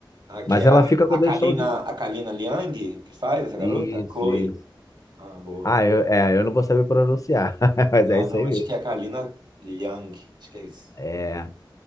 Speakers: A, on the right; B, on the left.
A: A,
B: Mas
A: que é
B: ela
A: a,
B: fica quando
A: a
B: eles
A: Kalina,
B: estão juntos.
A: a Kalina Liang, que faz essa garota?
B: Isso,
A: Chloe.
B: isso.
A: Ah, boa.
B: Ah, eu, é, eu não vou saber pronunciar, <laughs> mas
A: Ah,
B: é isso
A: não,
B: aí
A: acho
B: mesmo.
A: que é a Kalina Liang. Acho que é isso.
B: É.